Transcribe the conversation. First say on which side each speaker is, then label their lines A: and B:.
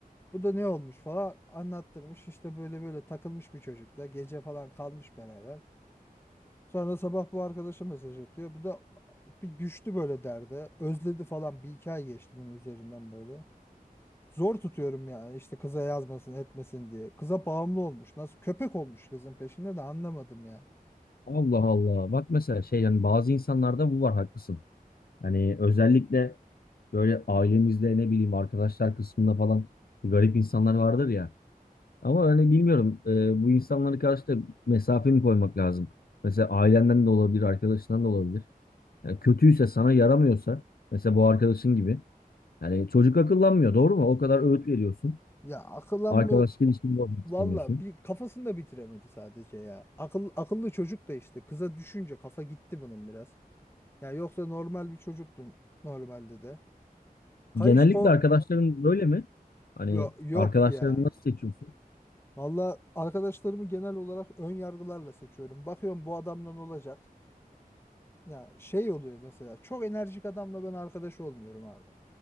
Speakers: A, on the left (about 15°); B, on the left (about 75°).
A: Bu da ne olmuş falan anlattırmış işte böyle böyle takılmış bir çocukla gece falan kalmış beraber. Sonra sabah bu arkadaşa mesaj atıyor. Bu da bir düştü böyle derde. Özledi falan bir iki ay geçti bunun üzerinden böyle. Zor tutuyorum yani işte kıza yazmasın etmesin diye. Kıza bağımlı olmuş. Nasıl köpek olmuş kızın peşinde de anlamadım ya.
B: Allah Allah. Bak mesela şey yani bazı insanlarda bu var haklısın. Yani özellikle böyle ailemizde ne bileyim arkadaşlar kısmında falan garip insanlar vardır ya. Ama hani bilmiyorum e, bu insanlara karşı da mesafe mi koymak lazım? Mesela ailenden de olabilir, arkadaşından da olabilir. Yani kötüyse sana yaramıyorsa mesela bu arkadaşın gibi. Yani çocuk akıllanmıyor doğru mu? O kadar öğüt veriyorsun.
A: Ya akıllanmıyor.
B: Arkadaşlık ilişkini bozmak
A: Valla
B: istemiyorsun.
A: bir kafasını da bitiremedi sadece ya. Akıl, akıllı çocuk da işte kıza düşünce kafa gitti bunun biraz. Ya yoksa normal bir çocuktun normalde de. Kayış
B: Genellikle
A: ko
B: arkadaşların böyle mi? Hani
A: Yo- yok
B: arkadaşlarını
A: ya.
B: nasıl seçiyorsun?
A: Valla arkadaşlarımı genel olarak ön yargılarla seçiyorum. Bakıyorum bu adamdan olacak. Ya şey oluyor mesela çok enerjik adamla ben arkadaş olmuyorum abi.